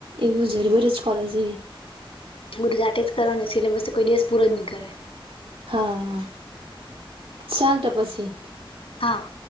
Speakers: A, on the right (about 80°); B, on the left (about 80°).
A: એવું જ વરી બધુ જ કૉલેજ જેવી
B: બંધુ જાતે જ કરવાનું સિલેબસ કોઈ દિવસ પૂરો જ ની કરે.
A: હા, ચાલ તો પસી
B: હા.